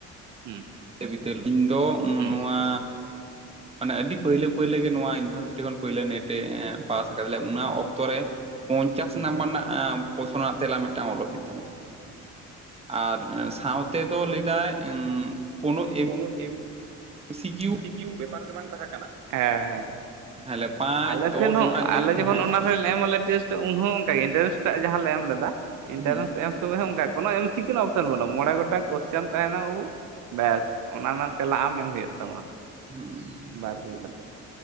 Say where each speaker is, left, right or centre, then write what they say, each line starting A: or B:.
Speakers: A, on the right; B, on the right.
A: ᱦᱩᱸ <unintelligible>
B: ᱵᱤᱛᱟᱹᱞ ᱤᱧ ᱫᱚ
A: ᱦᱩᱸ
B: ᱱᱚᱣᱟ ᱢᱟᱱᱮ ᱟᱹᱰᱤ ᱯᱟᱹᱭᱞᱟᱹ ᱯᱳᱭᱞᱳ ᱜᱮ ᱱᱚᱣᱟ ᱤᱭᱩᱱᱤᱵᱷᱟᱨᱥᱤᱴᱤ ᱠᱷᱚᱱ ᱯᱳᱭᱞᱳ ᱱᱮᱴ ᱮ ᱯᱟᱥ ᱟᱠᱟᱫᱟ ᱞᱮ ᱚᱱᱟ ᱚᱠᱛᱚ ᱨᱮ ᱯᱚᱧᱪᱟᱥ
A: ᱦᱩᱸ
B: ᱱᱟᱢᱵᱟᱨ ᱨᱮᱱᱟᱜ ᱯᱚᱥᱱᱟ ᱛᱮᱞᱟ ᱢᱤᱫᱴᱟᱝ ᱚᱞ ᱦᱩᱭᱩᱜ ᱛᱟᱢᱟ ᱾ ᱟᱨ ᱥᱟᱶᱛᱮᱫᱚ ᱞᱮᱫᱟᱭ ᱩᱸ ᱯᱩᱱᱩᱡ
A: <unintelligible>
B: ᱥᱤᱠᱤᱭᱩ
A: ᱡᱤᱥᱩ ᱵᱮᱯᱟᱨ ᱜᱮ ᱵᱟᱝ ᱛᱟᱦᱮᱸ ᱠᱟᱱᱟ, ᱦᱮᱸ ᱦᱮᱸ
B: ᱦᱮᱸᱞᱮ ᱯᱟᱸᱪ
A: ᱟᱞᱮ
B: ᱫᱚᱥ
A: ᱴᱷᱮᱱ ᱦᱚᱸ
B: ᱚᱱᱠᱟ
A: ᱟᱞᱮ
B: ᱱᱮᱴ
A: ᱡᱚᱠᱷᱚᱱ
B: ᱦᱮᱸ
A: ᱚᱱᱟ ᱮᱢ ᱟᱞᱮ ᱴᱮᱥ ᱩᱱᱦᱚᱸ ᱚᱱᱠᱟᱜᱮ ᱤᱱᱴᱟᱨᱮᱱᱥ ᱴᱟᱜ ᱡᱟᱦᱟᱸ ᱞᱮ ᱮᱢ ᱞᱮᱫᱟ ᱤᱱᱴᱟᱨᱮᱱᱥ
B: ᱦᱩᱸ
A: ᱮᱢ ᱛᱚᱵᱮ ᱦᱟᱜ ᱚᱱᱠᱟ ᱠᱚᱱᱚ ᱮᱢᱥᱤᱠᱤᱣᱩ ᱨᱮᱱᱟᱜ ᱚᱯᱥᱮᱱ ᱵᱟᱱᱩᱜ-ᱟ, ᱢᱚᱲᱮ ᱜᱚᱴᱟᱝ ᱠᱚᱥᱴᱮᱱ ᱛᱟᱦᱮᱸᱱᱟ ᱵᱟᱵᱩ ᱼᱼ ᱵᱮᱥ ᱚᱱᱟ ᱨᱮᱱᱟᱜ ᱛᱮᱞᱟ ᱟᱢ ᱮᱢ ᱦᱩᱭᱩᱜ ᱛᱟᱢᱟ ᱾
B: ᱦᱮᱸ
A: ᱵᱟᱨ ᱦᱩᱭ ᱠᱟᱛᱮ